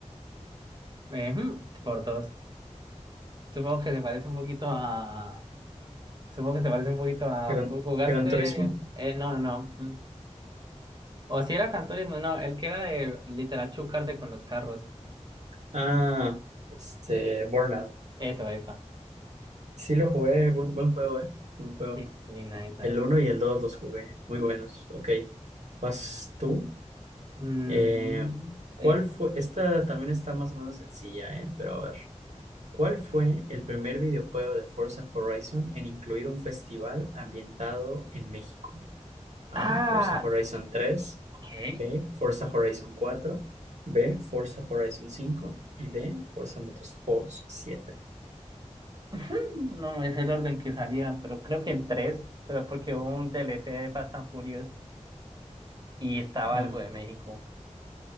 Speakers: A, on the right; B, on the right.
A: Eh, ujú, por dos. Supongo que se parece un poquito a. Supongo que se parece un poquito a.
B: Gran,
A: ¿Jugaste?
B: Gran Turismo.
A: Eh, no, no. no. O si era Gran Turismo, no, el que era de literal chocarse con los carros.
B: Ah, este, Burnout.
A: Eso, epa.
B: Sí lo jugué, buen, buen juego, ¿eh? Buen juego.
A: Sí, sí, nice, nice.
B: El uno y el 2 los jugué, muy buenos. Ok. ¿Vas tú?
A: Mm,
B: Eh, ¿cuál
A: eso.
B: fue? Esta también está más o menos sencilla, eh, pero a ver. ¿Cuál fue el primer videojuego de Forza Horizon en incluir un festival ambientado en México? A.
A: Ah,
B: Forza Horizon tres
A: ok.
B: B. Forza Horizon cuatro B. Forza Horizon cinco Y D. Forza Motorsports siete
A: <laughs> No es el orden que salían pero creo que el 3 pero porque hubo un DLC de Fast and Furious y estaba
B: Mm,
A: algo de México.